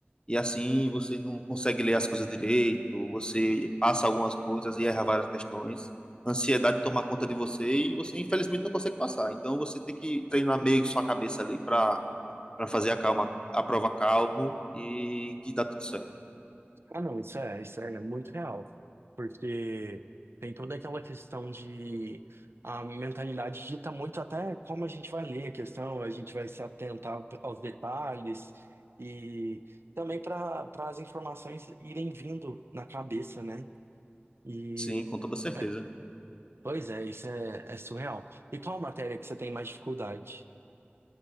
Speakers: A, on the left; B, on the right.
A: e assim você não consegue ler as coisas direito, você passa algumas coisas e erra várias questões. Ansiedade toma conta de você e você infelizmente não consegue passar. Então você tem que treinar meio sua cabeça ali para para fazer a calma, a prova calmo e que dá tudo certo.
B: Ah, não, isso é, isso é muito real, porque tem toda aquela questão de a mentalidade dita muito até como a gente vai ler a questão, a gente vai se atentar aos detalhes e também para para as informações irem vindo na cabeça, né? E
A: Sim, com toda certeza.
B: é, pois é, isso é, é surreal. E qual matéria que você tem mais dificuldade?